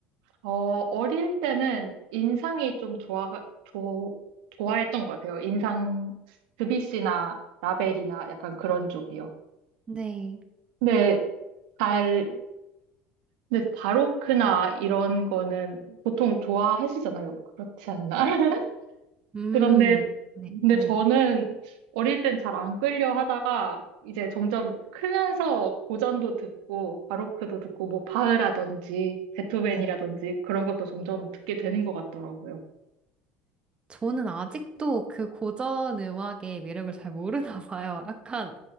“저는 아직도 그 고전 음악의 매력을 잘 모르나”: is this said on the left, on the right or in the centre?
Right